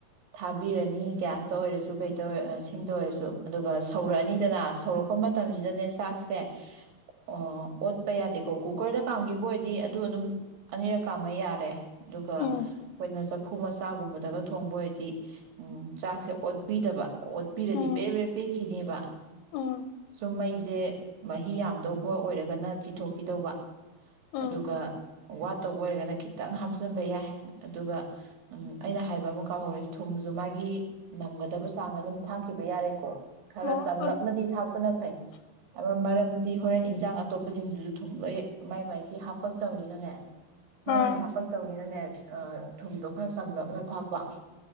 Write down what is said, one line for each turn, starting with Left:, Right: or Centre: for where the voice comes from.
Right: ꯊꯥꯕꯤꯔꯅꯤ ꯒ꯭ꯌꯥꯁꯇ ꯑꯣꯏꯔꯁꯨ ꯀꯩꯗ ꯑꯣꯏꯔ ꯁꯤꯡꯗ ꯑꯣꯏꯔꯁꯨ ꯑꯗꯨꯒ ꯁꯧꯔꯛꯑꯅꯤꯗꯅ ꯁꯧꯔꯛꯄ ꯃꯇꯝꯁꯤꯗꯅꯦ ꯆꯥꯛꯁꯦ ꯑꯣ ꯑꯣꯠꯄ ꯌꯥꯗꯦꯀꯣ ꯀꯨꯀꯔꯗ ꯀꯥꯝꯈꯤꯕ ꯑꯣꯏꯗꯤ ꯑꯗꯨ ꯑꯗꯨꯝ ꯑꯅꯤꯔꯛ ꯀꯥꯝꯃꯒ ꯌꯥꯔꯦ ꯑꯗꯨꯒ
Left: ꯎꯝ
Right: ꯑꯩꯈꯣꯏꯅ ꯆꯐꯨ ꯃꯆꯥꯒꯨꯝꯕꯗꯒ ꯊꯣꯡꯕ ꯑꯣꯏꯗꯤ ꯎꯝ ꯆꯥꯛꯁꯦ ꯑꯣꯠꯄꯤꯗꯕ ꯑꯣꯠꯄꯤꯔꯗꯤ
Left: ꯎꯝ
Right: ꯕ꯭ꯔꯦ ꯕ꯭ꯔꯦ ꯄꯦꯠ ꯈꯤꯔꯦꯕ
Left: ꯎꯝ
Right: ꯃꯩꯁꯦ ꯃꯍꯤ ꯌꯥꯝ ꯇꯧꯕ ꯑꯣꯏꯔꯒꯅ ꯆꯤꯊꯣꯛꯈꯤꯗꯧꯕ
Left: ꯎꯝ
Right: ꯑꯗꯨꯒ ꯋꯥꯠꯇꯧꯕ ꯑꯣꯏꯔꯒꯅ ꯈꯤꯇꯪ ꯍꯥꯞꯆꯤꯟꯕ ꯌꯥꯏ ꯑꯗꯨꯒ ꯎꯝ ꯑꯩꯅ ꯍꯥꯏꯕ ꯑꯃ ꯀꯥꯎꯍꯧꯔꯦ ꯊꯨꯝꯁꯨ ꯃꯥꯒꯤ ꯅꯝꯒꯗꯕ ꯆꯥꯡꯗ ꯑꯗꯨꯝ ꯊꯥꯛꯈꯤꯕ ꯌꯥꯔꯦꯀꯣ ꯈꯔ
Left: ꯑꯣ
Right: ꯇꯝꯂꯞꯅꯗꯤ ꯊꯥꯛꯄꯅ ꯐꯩ ꯕ ꯃꯔꯝ ꯍꯣꯔꯦꯟ ꯏꯟꯖꯥꯡ ꯑꯇꯣꯞꯄꯁꯤꯡꯁꯤꯁꯨ ꯊꯨꯝ ꯂꯣꯏ ꯃꯥꯏ ꯃꯥꯏꯒꯤ ꯍꯥꯞꯄꯛꯇꯕꯅꯤꯅꯅꯦ ꯃꯥ
Left: ꯑꯥ
Right: ꯃꯥꯒꯤ ꯍꯥꯄꯛꯇꯧꯅꯤꯅꯅꯦ ꯑ ꯊꯨꯝꯗꯣ ꯈꯔ ꯆꯝꯅꯞꯅ ꯊꯥꯛꯄ